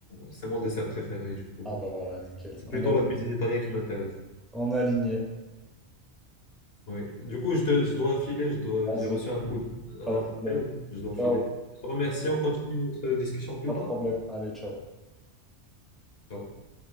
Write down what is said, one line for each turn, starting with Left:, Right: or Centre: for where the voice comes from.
Left: c'est mon dessert préféré, du coup.
Centre: Ah bah voilà, nickel.
Left: C'est
Centre: On
Left: plutôt
Centre: est aligné.
Left: la cuisine italienne qui m'intéresse.
Centre: On est aligné.
Left: Oui. Du coup, je, te- je dois filer, je dois,
Centre: Vas-y,
Left: j'ai reçu un coup, un
Centre: pas de problème.
Left: appel, je dois
Centre: Ciao,
Left: filer. Je te remercie, on continue notre discussion plus
Centre: pas
Left: tard.
Centre: de problème. Allez, ciao.
Left: Ciao.